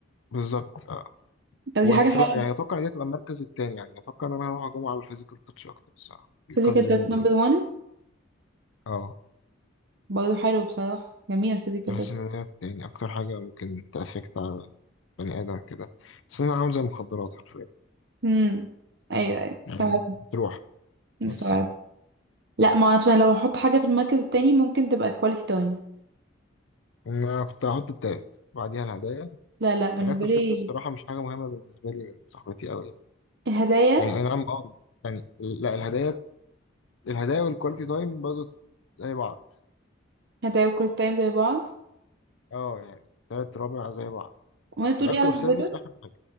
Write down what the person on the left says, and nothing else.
بالظبط اه
بس
لا يعني اتوقع ان دي تبقى المركز التاني يعني اتوقع ان انا هروح اجوم على الفيزيكال تاتش اكتر بصراحة الكادلينج
وال...
اه
بحس إن هي يعني أكتر حاجة ممكن تأفكت على بني آدم كده بس أنا عامل زي المخدرات حرفيا
يعني
تروح
بس
أنا كنت هحط التالت بعديها الهدايا
والأكل
في سنة الصراحة مش حاجة مهمة بالنسبة لي من صاحبتي أوي يعني
يعني أي نعم أه يعني لا الهدايا الهدايا والكواليتي تايم برضه زي بعض
أه يعني تلات رابع زي بعض
والأكل
أوف
سيرفيس آخر حاجة